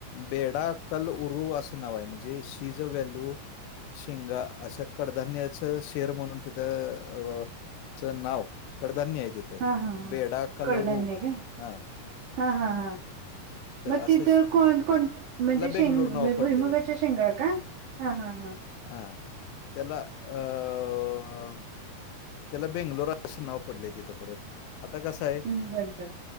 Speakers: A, on the left; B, on the right.
A: बेडा कल उरू असं नाव आहे म्हणजे शीज व्हॅल्यू. शिंगा असं कडधान्याचं शेर म्हणून तिथं अ, च नाव कडधान्य आहे तिथं
B: हा हा हा
A: बेडा कलरू
B: कडधान्य का
A: हा,
B: हा हा हा, मग
A: असं
B: तिथं
A: श-
B: कोण कोण म्हणजे
A: त्याला
B: शेंग
A: बेंगलोर नाव पडलंय
B: भुईमगाच्या शे ''--'' शेगा का हा हा हा,
A: हा त्याला अ, त्याला बेंगलोरा अस नाव पडलेथ परत आता कस आहे
B: हम्म, बर बर